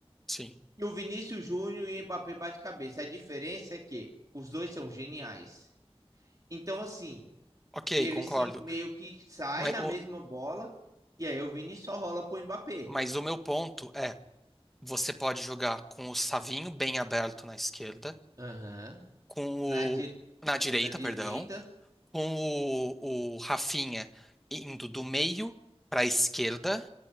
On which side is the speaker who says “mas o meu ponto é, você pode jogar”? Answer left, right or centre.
Centre